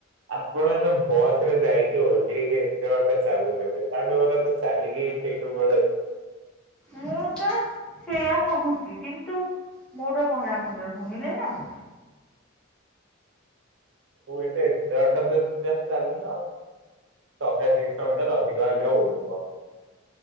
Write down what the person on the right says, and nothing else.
ଆପଣଙ୍କ ବସ ରେ ଯାଇକି ଓହ୍ଲେଇକି ଏତେ ବାଟ ଚାଲୁଛନ୍ତି ତା ଠୁ ଭଲ ତ ଚାଲିକି ସେ-ସେଇଠୁ ପଳେଇବେ।
ହଉ ଏବେ ଏତେ ବାଟ ଚାଲୁଚ ଆଉ ତମେ <unintelligible> <unintelligible> ଅଧିକ ଅଇଲେ ହଉଥିବ।